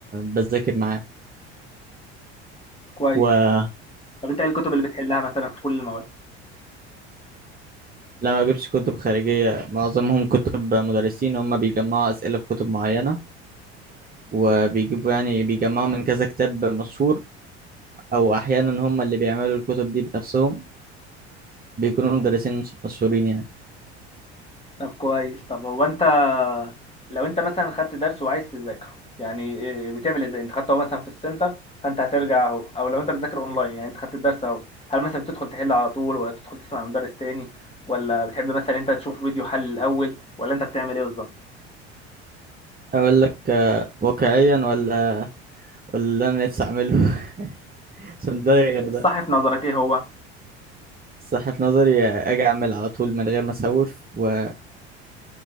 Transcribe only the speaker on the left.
كويس
طب انت ايه الكتب اللي بتحلها مثلا في كل المواد
طب كويس طب هو انت لو انت مثلا خدت درس وعايز تذاكره يعني إيه بتعمل ازاي انت خدته مثلا في السنتر فانت هترجع اهو او لو انت بتذاكر اونلاين يعني انت خدت الدرس اهو هل مثلا بتدخل تحل على طول ولا تدخل تسمع من مدرس تاني ولا بتحب مثلا انت تشوف فيديو حل الاول ولا انت بتعمل ايه بالظبط
الصح
في نظرك ايه هو